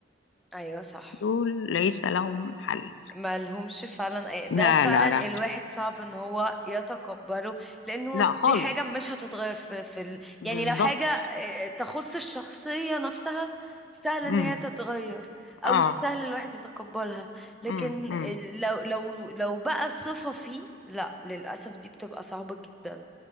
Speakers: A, in the centre; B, on the left.
A: ايوه صح
B: دول ليس لهم حل
A: ما لهمش فعلا أي-
B: لا
A: ده فعلا
B: لا لا
A: الواحد صعب ان هو يتقبله لانه
B: لا خالص
A: دي حاجة مش هتتغير في في ال...
B: بالظبط
A: يعني لو حاجة آه، تخص الشخصية نفسها سهل ان
B: امم
A: هي تتغير او
B: اه
A: سهل الواحد يتقبلها لكن
B: امم امم.
A: لو لو لو بقى صفة فيه لا للأسف دي بتبقى صعبة جدا